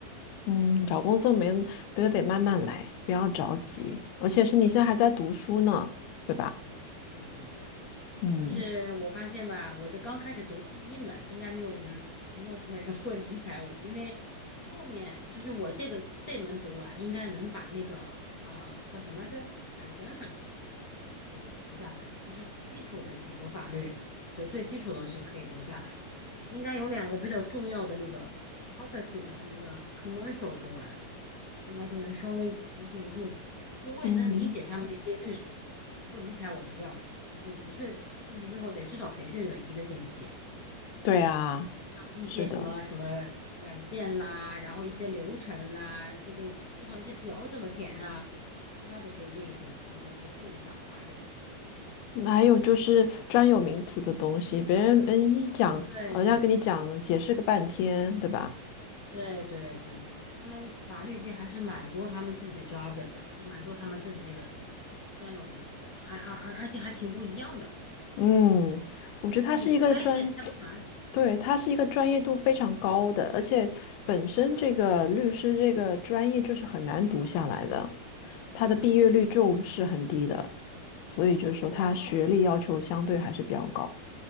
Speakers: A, on the left (about 85°); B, on the left (about 35°).
A: 嗯，找工作没都得慢慢来，不要着急，而且是你现在还在读书呢，
B: 只是。
A: 对吧？
B: 对对对对对，
A: 嗯，
B: 就是我发现吧，我这刚开始读第一门，应该没有什么人会，没有什么人会理睬我，因为后面就是我这个这门读完，应该能把那个呃叫什么来着，产权法读读下来，就是基础的几个法律的最基础的东西可以读下来，应该有两个比较重要的那个 property 和那个 commercial 读完，应该就能稍微有点用，就我也能理解他们那些律所。
A: 嗯，
B: 不理睬我们这样的人，就是你的确进去之后得至少培训个一个星期，
A: 对啊。
B: 一些什么什么
A: 是的，
B: 软件啦，然后一些流程啦，这个至少一些表怎么填啊，至少得培训一星期。他们可能是不想花这一星期。
A: 还有就是专有名词的东西，别人嗯一讲，
B: 对对
A: 好像跟你讲解释个半天，对吧？
B: 对对对对对，他们法律界还是蛮多他们自己的 jargon 的，就蛮多他们自己那个专有名词的，还而而而且还挺不一样的，
A: 嗯，我觉得他是一个专，
B: 就是你猜你也猜不出来。
A: 对，他是一个专业度非常高的，而且本身这个律师这个专业就是很难读下来的，他的毕业率就是很低的，
B: 嗯，
A: 所以就是说他学历要求相对还是比较高。
B: 对，然后。